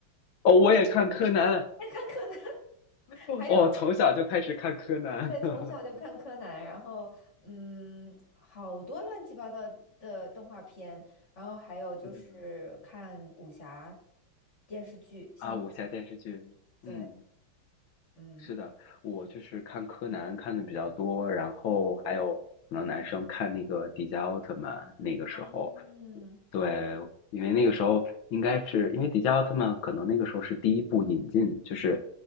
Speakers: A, on the left; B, on the left.
A: 哦，我也看柯南，
B: <laughs> 爱看柯南，<laughs>
A: <laughs>
B: 还有
A: 我从小就开始看柯南，
B: 对，从小就看柯南，
A: <laughs>
B: 然后嗯，好多乱七八糟的动画片，然后还有就是看武侠
A: 是的
B: 电视剧，香港，
A: 啊，武侠电视剧，
B: 对，
A: 嗯，
B: 嗯
A: 是的，我就是看柯南看的比较多，然后还有可能男生看那个迪迦奥特曼，那个时候
B: 嗯。
A: 对，因为那个时候应该是因为迪迦奥特曼可能那个时候是第一部引进，就是